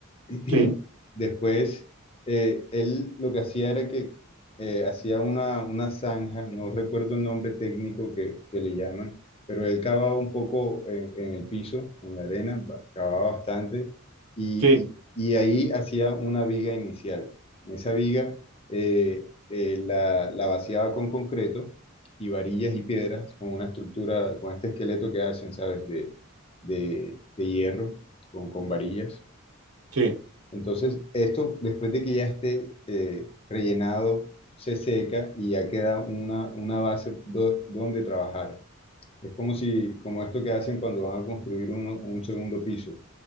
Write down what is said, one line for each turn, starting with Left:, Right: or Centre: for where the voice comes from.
Left: <clears throat>
Right: sí,
Left: Después, eh, él lo que hacía era que eh, hacía una, una zanja, no recuerdo el nombre técnico que, que le llaman, pero él cavaba un poco en, en el piso, en la arena, ba- cavaba bastante, y,
Right: sí,
Left: y- y ahí hacía una viga inicial. En esa viga eh, eh, la, la vaciaba con concreto y varillas y piedras, con una estructura, con este esqueleto que hacen, ¿sabes?, de, de, de hierro, con, con varillas.
Right: sí.
Left: Entonces, esto después de que ya esté eh, rellenado, se seca y ya queda una, una base do- donde trabajar. Es como si, como esto que hacen cuando van a construir uno- un segundo piso.